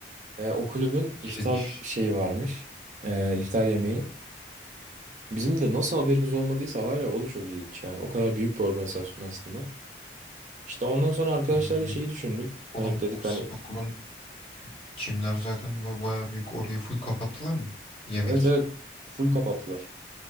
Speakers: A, on the right; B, on the left.
A: E, o kulübün iftar
B: Diriliş.
A: şeyi varmış. E, iftar yemeği. Bizim de nasıl haberimiz olmadıysa var ya o da çok ilginç yani. O kadar büyük bir organizasyon aslında. İşte ondan sonra arkadaşlarla
B: Yani
A: şeyi düşündük.
B: oğlum
A: Hani dedik
B: siz
A: hani
B: okulun çimler zaten bu bayağı büyük orayı full kapattılar mı? Yemek
A: evet
B: için.
A: evet full kapattılar.